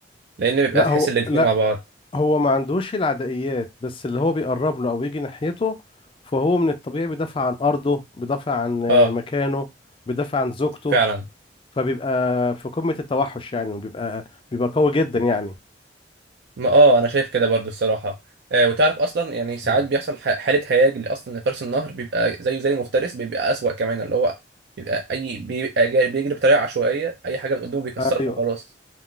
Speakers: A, on the right (about 60°); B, on the left (about 30°).
A: لان بيبقى
B: لا
A: تحس
B: هو
A: ان الاتنين
B: لا
A: مع بعض
B: هو ما عندوش العدائيات بس اللي هو بيقرب له او يجي ناحيته فهو من الطبيعي بيدافع عن ارضه بيدافع عن آه،
A: اه
B: مكانه بيدافع عن زوجته
A: فعلا
B: فبيبقى في قمة التوحش يعني وبيبقى بيبقى قوي جدا يعني
A: ما اه انا شايف كده برضو الصراحه آه وتعرف اصلا يعني ساعات
B: مم.
A: بيحصل ح- حاله هياج اللي اصلا لفرس النهر بيبقى زيه زي المفترس بيبقى اسوأ كمان اللي هو بيبقى اي بيبقى جا- بيجري بطريقه عشوائيه اي حاجه قدامه بيكسرها
B: ايوه
A: وخلاص